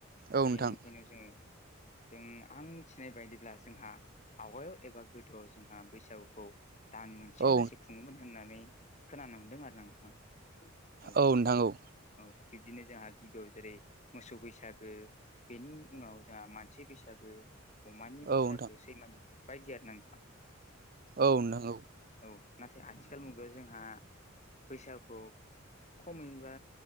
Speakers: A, on the right; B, on the left.
A: औ
B: बेनिखायनो
A: नोंथां
B: जोंङो जों आं मिथिनाय बायदिब्ला जोंहा आवगायाव एबा गोदोआव जोंहा बैसागुखौ दान मोनसेया
A: औ
B: लासेै खुङोमोन होननानै खोनानो मोनदों आरोना नोंथां।
A: औ नोंथां औ।
B: औ बिब्दिनो जोंहा गिबियाव जेरै मोसौ बैसागो बेनि उनाव जोंहा मानसि बैसागो अमानि बैसागो
A: औ नोंथां औ नोंथां औ नोंथां औ
B: सैमानि बायदि आरोना नोंथां
A: औ नोंथां औ नोंथां औ
B: औ नाथाय आथिखाल मुगायाव जोंहा बैसागु खमैबा